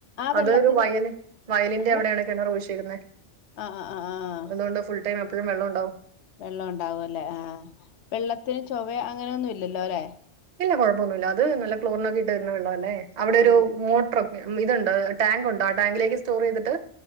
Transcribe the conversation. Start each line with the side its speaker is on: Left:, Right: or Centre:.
Right: അതൊരു
Left: വെള്ളത്തിന്
Right: വയലിൻ വയലിന്റെ
Left: എന്തോ
Right: എവിടെയാണ് കിണർ വൂശിരിക്കുന്നത്
Left: ആഹ് ആഹ് ആഹ് ആഹ്
Right: അതുകൊണ്ട് ഫുൾ ടൈം പ്പഴും വെള്ളം ഉണ്ടാകും
Left: വെള്ളം ഉണ്ടാവുല്ലേ ആഹ് വെള്ളത്തിന് ചൊവ അങ്ങനെയൊന്നും ഇല്ലല്ലോല്ലേ
Right: ഇല്ല കുഴപ്പൊന്ന അത് നല്ല ക്ലോറിനക്കിട്ട്രുന്ന വെള്ള അല്ലേ അവിടെ ഒരു
Left: ആഹ്
Right: മോട്ടർ ഇതുണ്ട് ടാങ്കുണ്ട് ആ ടാങ്കിലേക്ക് സ്റ്റോർ ചെയ്തിട്ട്